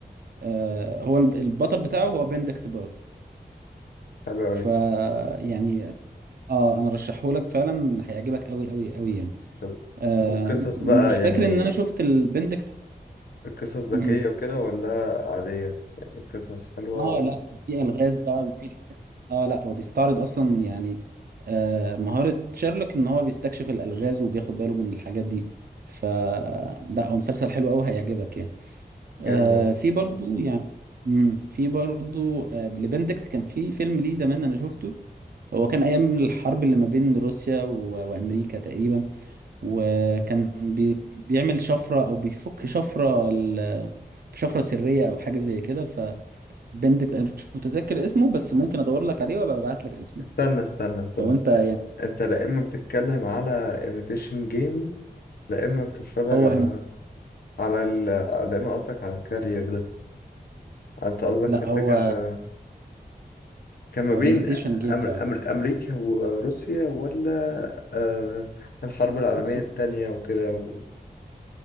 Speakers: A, on the right; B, on the left.
A: آه هو الب- البطل بتاعه هو بندكت برضه
B: حلو
A: ف
B: قوي
A: يعني اه انا رشحهولك فعلا هيعجبك قوي قوي قوي يعني
B: طب
A: آه
B: وقصص
A: مش
B: بقى
A: فاكر
B: يعني
A: ان انا شفت البندكت
B: القصص ذكية
A: مم.
B: وكده ولا عادية يعني قصص حلوة
A: اه
B: ولا
A: لا في الغاز بقى وفي اه لا هو بيستعرض اصلا يعني آه مهارة شيرلوك ان هو بيستكشف الالغاز وبياخد باله من الحاجات دي ف لا هو مسلسل حلو قوي هيعجبك يعني آه
B: جامد والله
A: في برضو يعني مم، في برضو آه لبندكت كان في فيلم ليه زمان انا شفته هو كان ايام الحرب اللي ما بين روسيا و... وامريكا تقريبا وكان بي... بيعمل شفرة او بيفك شفرة ال... في شفرة سرية او حاجة زي كده ف بندكت انا مش متذكر اسمه بس ممكن ادور لك عليه وابقى ابعت لك اسمه
B: استنى استنى استنى
A: لو انت يعني
B: انت لا اما بتتكلم على ايميتيشن جيم لا اما بتتفرج
A: هو
B: على
A: إم...
B: على ال... لا اما قصدك على الكارير ده انت قصدك
A: لا
B: تفتكر
A: هو
B: آه، كان ما
A: هو
B: بين
A: ايميتيشن جيم
B: أمر...
A: فعلا
B: أمر... امريكا وروسيا ولا آه... الحرب العالمية
A: بص
B: التانية وكده و...